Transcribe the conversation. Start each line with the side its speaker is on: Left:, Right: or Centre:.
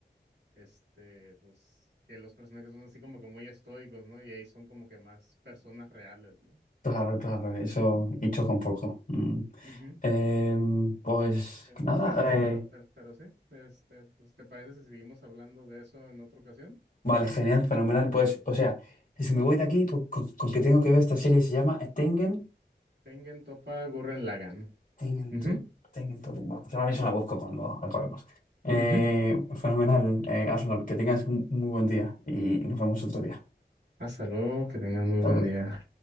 Right: este, pues que los personajes son así como que muy estoicos, ¿no? Y ahí son como que más personas reales, ¿no?
Left: claro, claro. Eso,
Right: Ujú.
Left: hecho con poco. Mm.
Right: Ujú.
Left: Em, pues
Right: Eh,
Left: nada,
Right: Pero,
Left: eh,
Right: pero, pero, pero sí, este, pues, ¿te parece si seguimos hablando de eso en otra ocasión?
Left: Vale, genial, fenomenal. Pues, o sea, si me voy de aquí, pues, con, con que tengo que ver esta serie, se llama Tengen,
Right: Tengen Topa Gurren Lagann.
Left: Tengen
Right: Ujú,
Left: to, Tengen to. Bueno, pues ahora mismo la busco cuando acabemos. Eh,
Right: ujú.
Left: fenomenal, eh, Arnold, que tengas un muy buen día y nos vemos otro día.
Right: Hasta luego, que tengan muy
Left: Hasta
Right: buen
Left: luego.
Right: día.